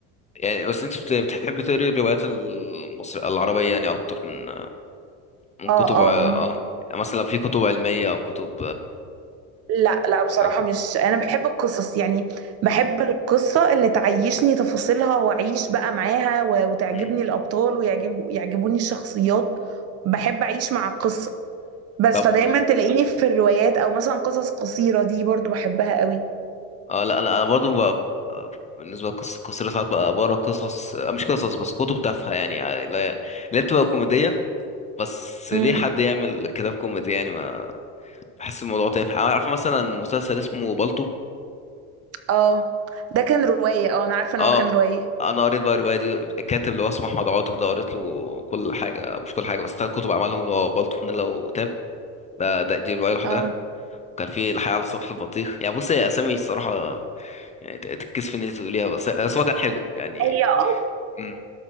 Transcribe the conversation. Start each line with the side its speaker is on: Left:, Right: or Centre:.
Left: يعني بس انت بت- بتحبي تقري الروايات المصرية العربية يعني اكتر من من
Right: اه
Left: كتب اه
Right: اه
Left: يعني مثلا في كتب علمية او كتب
Right: لا لا بصراحة
Left: اه
Right: مش أنا بحب القصص يعني بحب القصة اللي تعيشني تفاصيلها وأعيش بقى معاها و- وتعجبني
Left: مم.
Right: الأبطال ويعجب يعجبوني الشخصيات بحب أعيش مع القصة بس
Left: طب
Right: فدايما تلاقيني في الروايات أو مثلا قصص قصيرة دي برضو بحبها قوي
Left: اه لا انا انا برضو ب... بالنسبة لقصة قصيرة ساعات بقى بقرا قصص اه، مش قصص بس كتب تافهة يعني اه، لا اللي هي بتبقى كوميدية بس ليه
Right: امم
Left: حد يعمل كتاب كوميدي يعني ما بحس الموضوع تافه عارفة مثلا مسلسل اسمه بالطو
Right: اه ده كان رواية اه أنا عارفة
Left: اه
Right: إن هو كان رواية
Left: انا قريت بقى الروايه دي الكاتب اللي هو اسمه احمد عاطف ده قريت له كل حاجه مش كل حاجه بس ثلاث كتب عملهم اللي هو بالطو فانيلا وتاب ده, ده دي روايه لوحدها
Right: اه
Left: كان في الحياه على سطح البطيخ يعني بص هي اسامي الصراحه يعني ت- تتكسف ان انت تقوليها بس بس هو كان حلو يعني
Right: هي اه
Left: امم